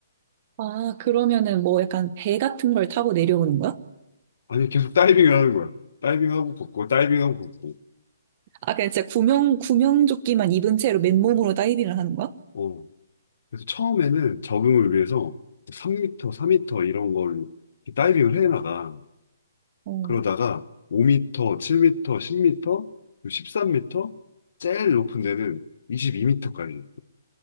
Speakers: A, on the right; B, on the left.
A: 아, 그러면은 뭐 약간 배 같은 걸 타고 내려오는 거야?
B: 아니, 계속 다이빙을 하는 거야. 다이빙하고 걷고, 다이빙하고 걷고.
A: 아, 그냥 진짜 구명, 구명조끼만 입은 채로 맨몸으로 다이빙을 하는 거야?
B: 어. 그래서 처음에는 적응을 위해서 3미터, 4미터 이런 걸 다이빙을 해나가.
A: 어.
B: 그러다가 5미터, 7미터, 10미터, 13미터, 제일 높은 데는 22미터까지.